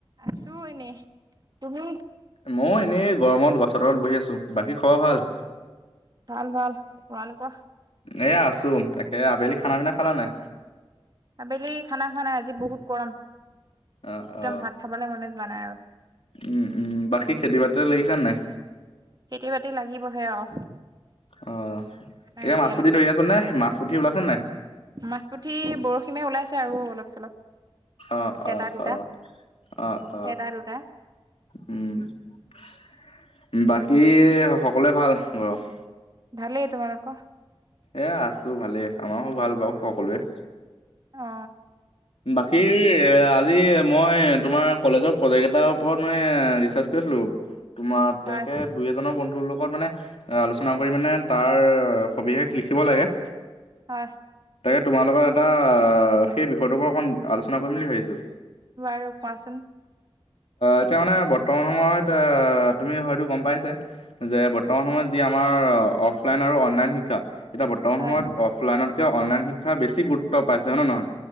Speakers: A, on the right; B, on the left.
A: আছো এনে। তুমি?
B: মইয়ো এনেই গৰমত গছৰ তলত বহি আছো। বাকী খবৰ ভাল?
A: ভাল ভাল। তোমালোকৰ?
B: এইয়া আছো। তাকে আবেলি খানা পিনা খালা নাই?
A: আবেলি খানা খোৱা নাই আজি বহুত গৰম।
B: অ'
A: একদম
B: অ'
A: ভাত খাবলৈ মনে যোৱা নাই আৰু
B: উম উম বাকী খেতি বাতিত লাগিছা নাই।
A: খেতি বাতিত লাগিবহে আৰু।
B: অ'
A: নাই
B: এয়া
A: এতিয়ালৈকে
B: মাছ পুঠি ধৰি আছে নে মাছ পুঠি ওলাইছে নাই।
A: মাছ পুঠি বৰশি মাৰি ওলাইছে আৰু অলপ চলপ।
B: অ',
A: এটা
B: অ',
A: দুটা
B: অ', অ', অ'।
A: এটা দুটা
B: উম, বাকী সকলোৱে ভাল ঘৰত।
A: ভালেই। তোমালোকৰ?
B: এয়া আছো ভালে, আমাৰো ভাল বাৰু সকলোৱে।
A: অ
B: বাকী আজি মই তোমাৰ কলেজৰ প্ৰজেক্ট এটাৰ ওপৰত মানে ৰিচাৰ কৰি আছিলোঁ। তোমাৰ
A: হয়
B: তাকে দুই এজনৰ বন্ধুৰ লগত মানে আলোচনা কৰি মানে তাৰ সবিশেষ লিখিব লাগে।
A: হয়।
B: তাকে তোমাৰ লগত এটা সেই বিষয়টোপা অকণ আলোচনা কৰিম বুলি ভাবিছো।
A: বাৰু কোৱাচোন।
B: এতিয়া মানে বৰ্তমান সময়ত তুমি হয়তো গ'ম পাইছা, যে বৰ্তমান সময়ত যি আমাৰ অফলাইন আৰু অনলাইন শিক্ষা, এতিয়া বৰ্তমান
A: হয়
B: সময়ত অফ ফলাইনতকে, অনলাইন শিক্ষা বেছি গুৰুত্ব পাইছে হয় ন নহয়,